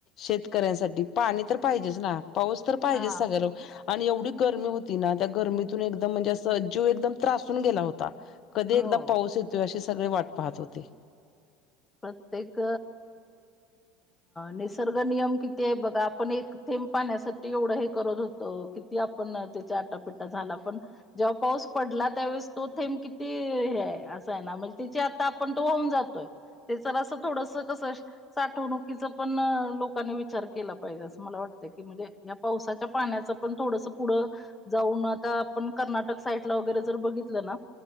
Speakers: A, on the left; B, on the left.
A: शेतकऱ्यांसाठी पाणी तर पाहिजेच ना पाऊस तर पाहिजेच
B: हा
A: ना सगळ्या लोकांसाठी पाऊस तर पाहिजे. आणि एवढी गर्मी होती ना त्या गर्मीतून एकदम म्हणजे असजीव एकदम त्रासून गेला होता. कधी एकदा
B: हो
A: पाऊस येतोय अशी सगळे वाट पाहत होते
B: प्रत्येक. निसर्ग नियम किती आहे बघा आपण एक थेंब पाण्यासाठी एवढं हे करत होत क. ती आपण त्याच्या आटापिट्टा झाला पण. जेव्हा पाऊस पडला त्यावेळेस तो थेंब किती हे आहे असं आहे ना म्हणजे त्याची आता आपण तो होऊन जातोय. तेच असं थोडस कसं साठवणुकीचा पण लोकांनी विचार केला पाहिजे असं मला वाटत की म्हणजे. या पावसाच्या पाण्याचं पण थोडस पुढं. जाऊन आता आपण कर्नाटक साईडला वगैरे जर बघितलं ना